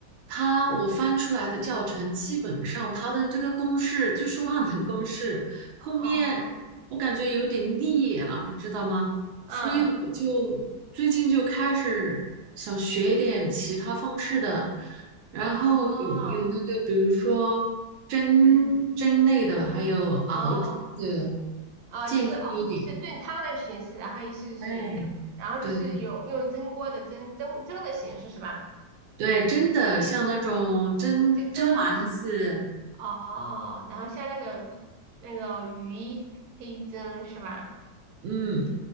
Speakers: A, on the right; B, on the right.
A: 它我翻出来的教程，基本上它的这个公式就是万能公式，后面我感觉有点腻了，
B: 哦，
A: 你知道吗？
B: 嗯，
A: 所以我就最近就开始想学一点其他方式的，然后有有那个，
B: 哦，
A: 比如说蒸蒸类的，
B: 嗯，
A: 还有熬制的，
B: 哦。啊、
A: 健康一点。
B: 就是哦，是炖汤的形式，然后也是水蒸，
A: 哎，
B: 然后就是有用蒸锅的蒸蒸蒸的形式是吧？
A: 对对，真的像那种蒸蒸丸子，
B: 就蒸哦，然后像那个那个鱼可以蒸是吧？
A: 嗯，